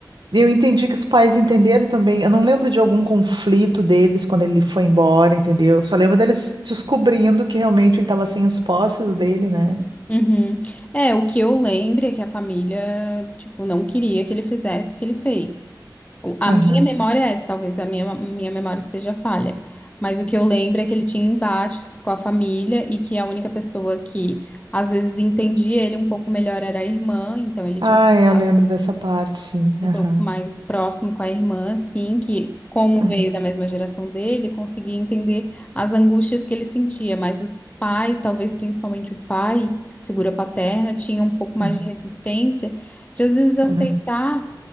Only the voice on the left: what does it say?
Uhum. É, o que eu lembro é que a família, tipo, não queria que ele fizesse o que ele fez. O- A
minha memória é essa, talvez a minha, minha memória esteja falha. Mas o que eu lembro é que ele tinha embates com a família e que a única pessoa que às vezes entendia ele um pouco melhor era a irmã, então ele
tinha um
contato
um
pouco mais próximo com a irmã, assim, que como
veio da mesma geração dele, conseguia entender as angústias que ele sentia, mas os pais, talvez principalmente o pai, a figura paterna, tinha um pouco mais
de resistência de às vezes aceitar